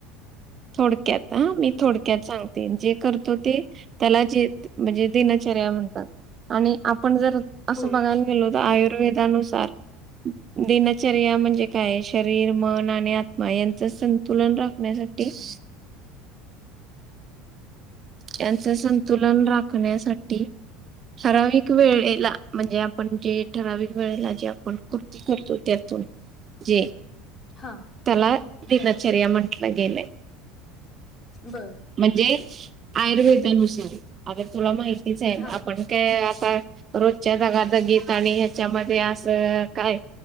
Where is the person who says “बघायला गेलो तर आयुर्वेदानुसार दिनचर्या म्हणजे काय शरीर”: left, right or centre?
Right